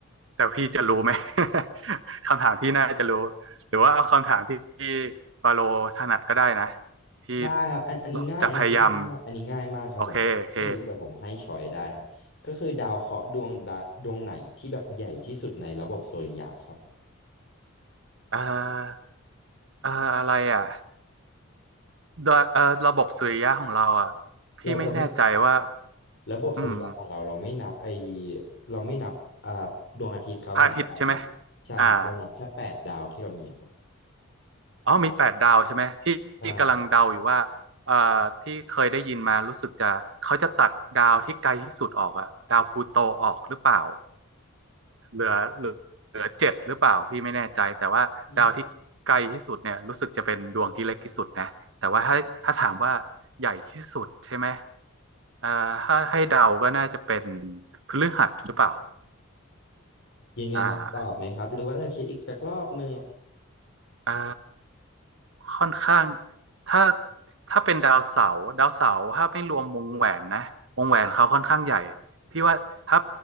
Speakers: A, on the right; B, on the left.
A: แต่พี่จะรู้ไหม <laughs> คำถามที่น่าจะรู้หรือว่าเอาคำถามที่บาโลถนัดก็ได้นะพี่
B: ได้ครับอันอันนี้ง่ายอันนี้ง่ายมากอันนี้ง่ายมากครับผมไม่รู้แต่ผมให้ชอยได้ครับก็คือดาวเคราะห์ดวงใดดวงไหนที่แบบใหญ่ที่สุดในระบบสุริยะครับ
A: จะพยายามโอเคโอเคเอ่อเอ่ออะไรอ่ะดวเอ่อระบบสุริยะของเราอ่ะพี่ไม่แน่ใจว่า
B: เราเราไม่ ระบบสุริยะของเราเราไม่นับไอ
A: อืม
B: เราไม่นับอ่าดวงอาทิตย์ครับผมพระอาทิตย์ใช่ครับเรานับแค่แปดดาวที่เรามีครับ
A: พระอาทิตย์ใช่ไหมอ่าอ๋อมีแปดดาวใช่ไหมที่ที่กำลังเดาอยู่ว่าเอ่อที่เคยได้ยินมารู้สึกจะเขาจะตัดดาวที่ไกลที่สุดออกอะดาวพลูโตออกหรือเปล่า
B: ใช่ครับ
A: เหลือเหลือเหลือเจ็ดหรือเปล่าพี่ไม่แน่ใจแต่ว่าดาวที่ไกลที่สุดเนี่ยรู้สึกจะเป็นดวงที่เล็กที่สุดนะแต่ว่าถ้าถ้าถามว่าใหญ่ที่สุดใช่ไหม
B: อืม
A: เอ่อถ้าให้เดาก็น่าจะเป็นพฤหัสหรือเปล่า
B: ยืนยันคำตอบไหมครับหรือว่าจะคิดอีกสักรอบหนึ่ง
A: อ่า อ่าค่อนข้างถ้าถ้าเป็นดาวเสาร์ดาวเสาร์ถ้าไม่รวมวงแหวนนะวงแหวนเขาค่อนข้างใหญ่พี่ว่าถ้า